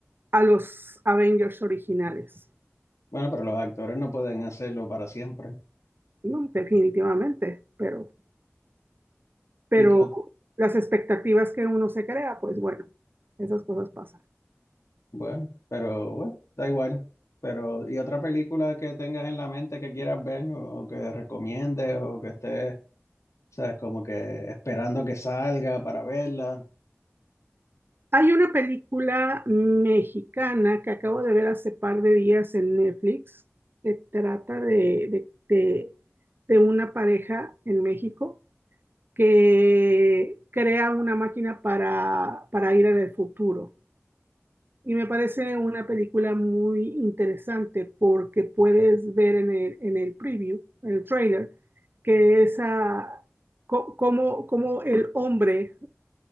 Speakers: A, on the right; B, on the left.
A: a los Avengers originales.
B: Bueno, pero los actores no pueden hacerlo para siempre.
A: No, definitivamente, pero, pero
B: Y que-
A: las expectativas que uno se crea, pues bueno, esas cosas pasan.
B: bueno, pero bueno, da igual. Pero, ¿y otra película que tengas en la mente que quieras ver o, o que recomiendes o que estés, sabes, como que esperando que salga para verla?
A: Hay una película mexicana que acabo de ver hace par de días en Netflix que trata de, de de- de una pareja en México que crea una máquina para, para ir al futuro. Y me parece una película muy interesante porque puedes ver en el, en el preview, en el trailer, que esa, co- cómo, cómo el hombre